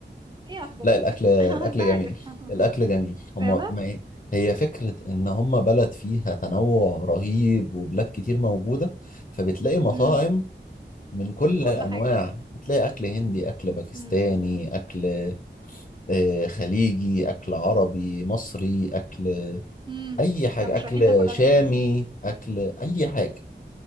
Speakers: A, on the right; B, on the left.
A: ايه اخبار
B: لا
A: الاكل
B: الاكل الاكل
A: <laughs> انت عارف
B: جميل الاكل
A: <laughs>
B: جميل هم
A: فعلا
B: ما إيه؟ هي فكرة ان هم بلد فيها تنوع رهيب وبلاد كتير موجودة فبتلاقي مطاعم
A: امم
B: من كل
A: من كل
B: الانواع
A: حاجة بقى
B: هتلاقي اكل هندي اكل باكستاني
A: امم
B: اكل آه، خليجي اكل عربي مصري اكل
A: امم
B: اي حاجة
A: لا مش
B: اكل
A: رايحين ناكل
B: شامي
A: اكل مصري
B: اكل اي حاجة